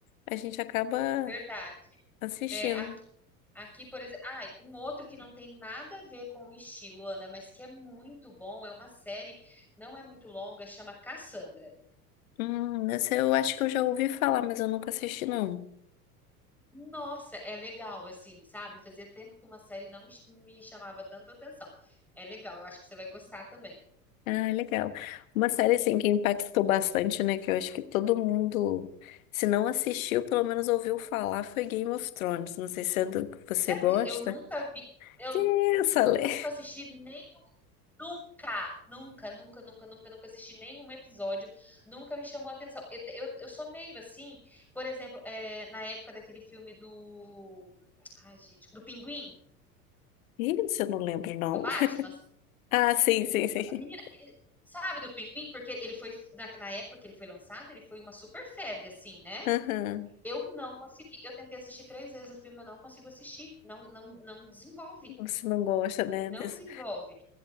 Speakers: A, on the left; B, in the centre.
A: A gente acaba
B: verdade.
A: assistindo.
B: É, aqui, aqui, por exemplo. Ah, um outro que não tem nada a ver com o estilo, Ana, mas que é muito bom. É uma série, não é muito longa, chama Cassandra.
A: Hum, essa eu acho que eu já ouvi falar, mas eu nunca assisti, não.
B: Nossa, é legal, assim, sabe? Fazia tempo que uma série não me, me chamava tanto atenção. É legal, eu acho que você vai gostar também.
A: Ah, legal. Uma série, assim, que impactou bastante, né? Que eu acho que todo mundo, se não assistiu, pelo menos ouviu falar, foi Game of Thrones. Não sei se é do que você
B: Você acredita?
A: gosta.
B: Eu nunca vi, eu
A: Que essa, Lê?
B: nunca assisti nem nunca, nunca, nunca, nunca, nunca, nunca assisti nenhum episódio, nunca me chamou a atenção. Eu, eu, eu sou meio assim, por exemplo, é, na época daquele filme do. Ai, gente, do Pinguim,
A: Ih, isso eu não lembro, não.
B: do Batman.
A: Ah, sim, sim, sim.
B: A menina, eh, sabe do Pinguim? Porque ele foi, na, na época que ele foi lançado, ele foi uma super febre, assim, né?
A: Aham.
B: Eu não consegui, eu tentei assistir três vezes o filme, eu não consigo assistir. Não, não, não desenvolve.
A: Você não gosta, né?
B: Não
A: desse-
B: desenvolve.